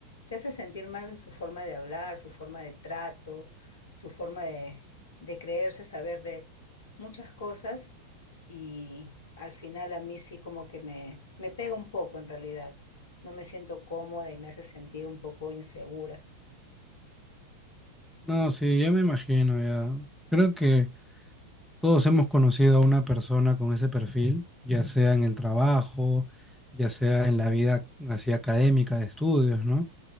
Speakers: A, on the left; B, in the centre.
A: te hace sentir mal su forma de hablar, su forma de trato, su forma de, de creerse, saber de muchas cosas y al final a mí sí como que me, me pega un poco en realidad. No me siento cómoda y me hace sentir un poco insegura.
B: No, sí, ya me imagino, ya. Creo que todos hemos conocido a una persona con ese perfil, ya sea en el trabajo, ya sea en la vida así académica de estudios, ¿no?